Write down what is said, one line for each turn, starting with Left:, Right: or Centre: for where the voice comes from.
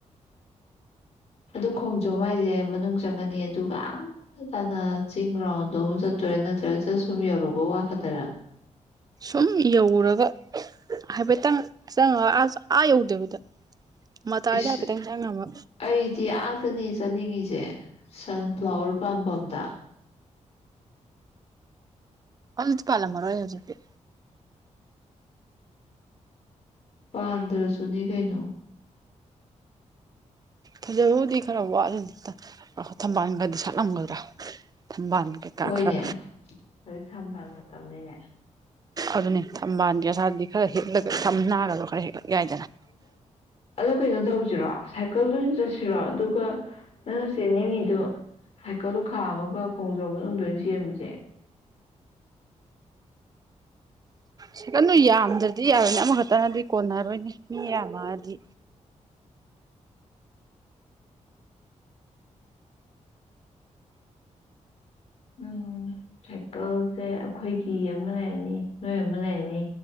Left: ꯑꯗꯨ ꯈꯣꯡꯖꯣꯝ ꯍꯥꯏꯁꯦ ꯃꯅꯨꯡ ꯆꯪꯉꯅꯤ ꯑꯗꯨꯒ ꯑꯥ ꯇꯅ ꯆꯤꯡ ꯔꯥꯎꯟꯗꯨꯃ ꯆꯠꯇꯣꯏꯔꯥ ꯅꯠꯇ꯭ꯔꯒ ꯖꯥꯁ ꯁꯨꯝ ꯌꯧꯔꯨꯕ ꯋꯥ ꯈꯛꯇꯔꯥ ꯫
Right: ꯑꯗꯨꯝ ꯌꯧꯔꯒ ꯍꯥꯏꯐꯦꯠꯇꯪ ꯆꯪꯉꯒ ꯑꯁ ꯑꯥ ꯌꯧꯗꯕꯤꯗ ꯃꯇꯥꯏꯗ
Left: ꯏꯁ
Right: ꯍꯥꯏꯐꯦꯠꯇꯪ ꯆꯪꯉꯝꯃ
Left: ꯑꯩꯗꯤ ꯑꯥꯗꯅꯤ ꯆꯠꯅꯤꯡꯉꯤꯁꯦ ꯁꯟ ꯐ꯭ꯂꯥꯋꯔ ꯄꯥꯝꯕꯝꯗ
Right: ꯑꯃꯇ ꯄꯥꯜꯂꯝꯃꯔꯣꯢ ꯍꯧꯖꯤꯛꯇꯤ
Left: ꯄꯥꯟꯗ꯭ꯔꯁꯨꯅꯤ ꯀꯩꯅꯣ
Right: ꯐꯖꯕꯕꯨꯗꯤ ꯈꯔ ꯋꯥꯠꯂꯅꯤ ꯊꯝꯕꯥꯜꯒꯗꯤ ꯁꯥꯠꯂꯝꯒꯗ꯭ꯔꯥ ꯊꯝꯕꯥꯜ ꯀꯩꯀꯥ
Left: ꯍꯣꯏꯅꯦ
Right: ꯈꯔ
Left: ꯑꯗꯨꯗꯤ ꯊꯕꯥ ꯃꯇꯝꯅꯤꯅꯦ
Right: ꯑꯗꯨꯅꯦ ꯊꯝꯕꯥꯜꯗꯤ ꯑꯁꯥꯔꯗꯤ ꯈꯔ ꯍꯦꯛꯂꯒ ꯊꯝꯅꯥꯒꯗꯣ ꯈꯔ ꯍꯦꯛꯂꯛ ꯌꯥꯏꯗꯅ꯫
Left: ꯑꯗ ꯀꯩꯅꯣ ꯇꯧꯁꯤꯔꯣ ꯁꯥꯏꯀꯜꯗꯣꯏ ꯑꯣꯏꯅ ꯆꯠꯁꯤꯔꯣ ꯑꯗꯨꯒ ꯅꯪꯅ ꯆꯦꯟꯅꯤꯡꯉꯤꯗꯨ ꯁꯥꯏꯀꯜꯗꯣ ꯈꯥꯝꯃꯒ ꯈꯣꯡꯖꯣꯝ ꯃꯅꯨꯡ ꯂꯣꯏꯅ ꯁꯦꯝꯕꯁꯦ
Right: ꯁ ꯀꯅꯨ ꯌꯥꯝꯗ꯭ꯔꯗꯤ ꯌꯥꯔꯣꯏꯅꯦ ꯑꯃꯈꯛꯇꯅꯗꯤ ꯀꯣꯟꯅꯔꯣꯏꯅꯦ ꯃꯤ ꯌꯥꯝꯃꯗꯤ
Left: ꯎꯝ ꯁꯥꯏꯀꯜꯁꯦ ꯑꯩꯈꯣꯏꯒꯤ ꯑꯃ ꯂꯩꯔꯅꯤ ꯅꯣꯏ ꯑꯃ ꯂꯩꯔꯅꯤ